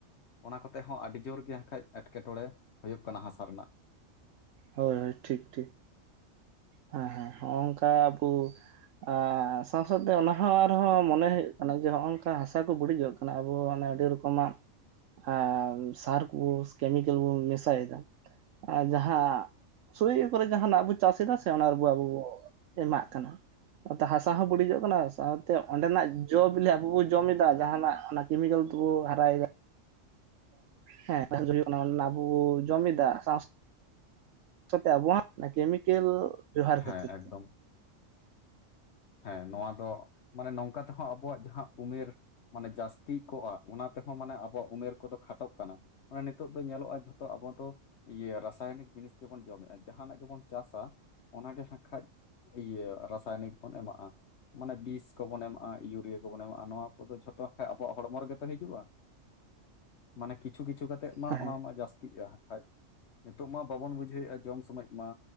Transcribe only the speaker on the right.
ᱦᱳᱭ ᱦᱳᱭ ᱴᱷᱤᱠ ᱴᱷᱤᱠ᱾ ᱦᱮᱸ ᱦᱮᱸ ᱦᱚᱸᱜ ᱚᱝᱠᱟ ᱟᱵᱚ ᱟᱨ ᱥᱟᱶ ᱥᱟᱶᱛᱮ ᱚᱱᱟ ᱦᱚᱸ ᱟᱨᱦᱚᱸ ᱢᱚᱱᱮ ᱦᱩᱭᱩᱜ ᱠᱟᱱᱟ ᱡᱮ ᱦᱚᱜᱼ ᱱᱚᱝᱠᱟ ᱦᱟᱥᱟ ᱠᱚ ᱵᱟᱹᱲᱤᱡᱚᱜ ᱠᱟᱱᱟ ᱠᱟᱱᱟ ᱟᱵᱚ ᱚᱱᱮ ᱟᱹᱰᱤ ᱨᱚᱠᱚᱢᱟᱜ ᱟᱨ ᱥᱟᱨ ᱠᱚ ᱠᱮᱢᱤᱠᱮᱞ ᱵᱚᱱ ᱢᱮᱥᱟᱭᱮᱫᱟ ᱟᱨ ᱡᱟᱦᱟᱸ ᱥᱳᱭ ᱠᱚᱨᱮ ᱡᱟᱦᱟᱸᱱᱟᱜ ᱵᱚ ᱪᱟᱥ ᱮᱫᱟ ᱥᱮ ᱥᱮ ᱚᱱᱟ ᱨᱮᱵᱚ ᱟᱵᱚ ᱵᱚ ᱮᱢᱟᱜ ᱠᱟᱱᱟ ᱱᱚᱛᱮ ᱦᱟᱥᱟ ᱦᱚᱸ ᱵᱟᱹᱰᱤᱡᱚᱜ ᱠᱟᱱᱟ ᱥᱟᱶᱛᱮ ᱚᱸᱰᱮᱱᱟᱜ ᱡᱚ ᱵᱤᱞᱤ ᱟᱵᱚ ᱵᱚ ᱡᱚᱢ ᱮᱫᱟ ᱡᱟᱦᱟᱱᱟᱜ ᱚᱱᱟ ᱠᱮᱢᱤᱠᱮᱞ ᱮᱫ ᱵᱚ ᱦᱟᱨᱟᱭ ᱮᱫᱟ᱾ ᱦᱮᱸ <unintelligible> ᱠᱟᱱᱟ ᱚᱱᱱᱟ ᱟᱵᱚ ᱵᱚ ᱡᱚᱢ ᱮᱫᱟ ᱥᱟᱶ ᱥᱟᱶ ᱠᱟᱛᱮ ᱟᱵᱚᱣᱟᱜ ᱚᱱᱟ ᱠᱮᱢᱤᱠᱮᱞ ᱵᱮᱵᱚᱦᱟᱨ ᱠᱷᱟᱹᱛᱤᱨ
ᱛᱮ
<inaudible>
ᱦᱮᱸ